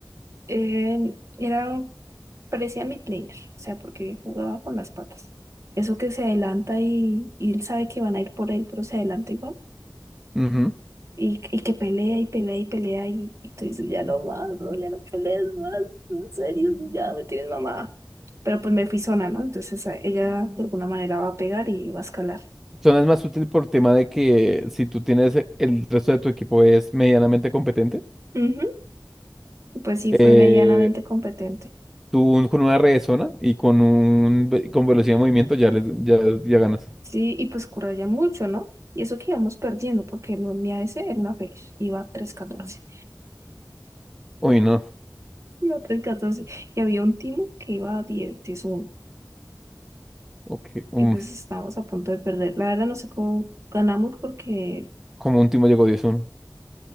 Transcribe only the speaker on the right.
Em, era, un- parecía midlaner, o sea, porque jugaba con las patas. Eso que se adelanta y, y él sabe que van a ir por él, pero se adelanta igual.
Y, y que pelea y pelea y pelea y, y tú dices, ya no más, no, ya no pelees más, en serio, ya me tienes mamá. Pero pues me fui zona, ¿no? Entonces a- ella de alguna manera va a pegar y va a escalar.
Ujú. Y Pues sí,
fue medianamente competente.
Sí, y pues ya mucho, ¿no? Y eso que íbamos perdiendo, porque el día ese era una feliz, iba tres catorce
iba tres catorce y había un timo que iba a diez diez uno
y pues estábamos a punto de perder. La verdad no sé cómo ganamos porque